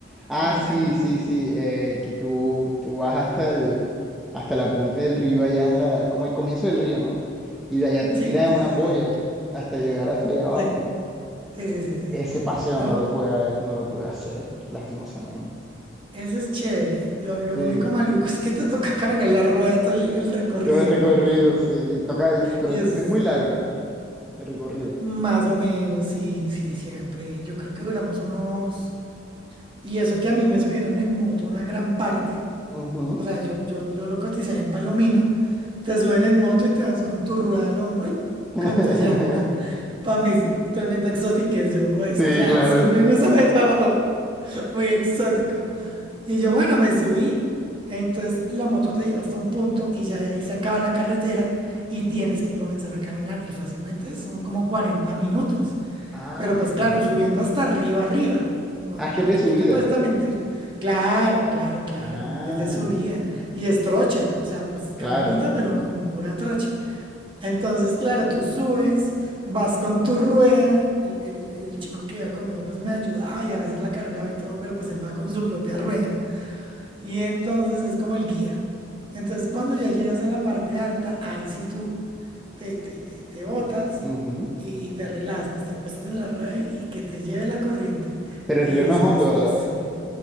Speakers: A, in the centre; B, on the right (about 25°).
A: Ah,
B: en la
A: sí,
B: llanta.
A: sí, sí, eh, que tú, tú vas hasta el, hasta la punta del río allá en la, como el comienzo del río, ¿no? Y de allá te
B: Sí,
A: tiran en
B: sí,
A: unas
B: sí,
A: boyas
B: sí.
A: hasta llegar hasta allá abajo,
B: Sí,
A: ¿no?
B: sí, sí, sí, sí,
A: Ese
B: sí.
A: paseo
B: Lo-
A: no lo pude, no lo pude hacer, lastimosamente.
B: eso es chévere. Lo, lo
A: Sí,
B: único maluco es que te toca cargar la rueda todo el, el recorrido,
A: todo el recorrido,
B: ¿no?
A: sí, y toca, y- pero
B: Y
A: es,
B: eso
A: es
B: es
A: muy largo el recorrido.
B: más o menos, sí, sí, siempre. Yo creo que duramos unos... Y eso que a mí me subieron en moto una gran parte.
A: Ujú.
B: O sea, yo, yo, yo lo cotizé en Palomino. Te suben en moto y te vas con tu rueda al hombro, <laughs>
A: <laughs>
B: con tu llanta. Para mí es tremenda exotiquez, yo, pues,
A: Sí,
B: o sea,
A: claro.
B: sí me gusta, <laughs> pero muy exótico. Y yo, bueno, me subí. Entonces la moto te lleva hasta un punto y ya de ahí se acaba la carretera y tienes que comenzar a caminar. Y fácilmente son como 40 minutos.
A: Ay,
B: Pero pues claro, subiendo hasta arriba, arriba. No,
A: ah, es que
B: porque
A: es de
B: tú
A: subida.
B: te puedes también mentir. Claro, claro, claro.
A: Ah,
B: Es de subida. Y es trocha. O sea, pues
A: claro.
B: caminito, pero con pura trocha. Entonces, claro, tú subes, vas con tu rueda. El, el- el chico que iba conmigo, pues me ayudaba y a veces la cargaba y todo, pero pues él va con su propia rueda. Y entonces es como el guía. Entonces, cuando ya llegas a la parte alta, ahí sí tú te, te, te, te botas
A: Te- ujú.
B: y, y te relajas, pues te acuestas en la rueda y, y que te lleve la corriente.
A: Pero
B: Y
A: el río
B: eso
A: no es hondo,
B: es,
A: ¿verdad?
B: es genial.